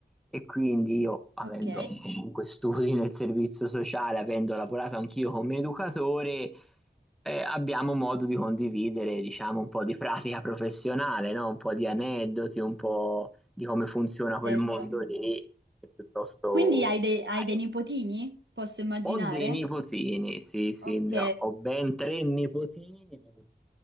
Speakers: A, in the centre; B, on the right.
A: e quindi io, avendo
B: Ok,
A: comunque studi nel servizio sociale, avendo lavorato anch'io come educatore, eh, abbiamo modo di condividere, diciamo, un po' di pratica professionale, no? Un po' di aneddoti, un po' di come funziona
B: certo.
A: quel mondo lì, che è piuttosto
B: Quindi hai, dei hai
A: vario.
B: dei nipotini? Posso immaginare?
A: Ho dei nipotini, sì, sì,
B: Ok,
A: ne ho, ho ben tre nipotini, vedo